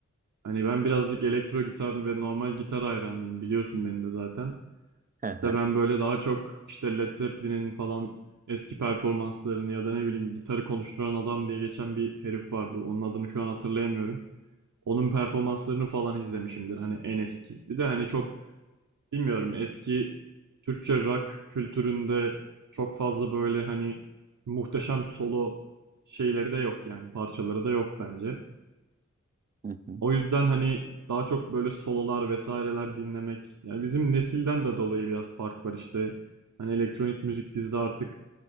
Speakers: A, on the right; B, on the right.
A: hani ben birazcık elektro gitar ve normal gitar hayranıyım. Biliyorsun beni de zaten.
B: Hı hı.
A: İşte ben böyle daha çok işte Led Zeppelin'in falan eski performanslarını ya da ne bileyim gitarı konuşturan adam diye geçen bir herif vardı. Onun adını şu an hatırlayamıyorum. Onun performanslarını falan izlemişimdir. Hani en eski. Bir de hani çok Bilmiyorum eski Türkçe rock kültüründe çok fazla böyle hani muhteşem solo şeyleri de yok yani parçaları da yok bence.
B: Hı hı.
A: O yüzden hani daha çok böyle sololar vesaireler dinlemek. Yani bizim nesilden de dolayı biraz fark var işte. Hani elektronik müzik bizde artık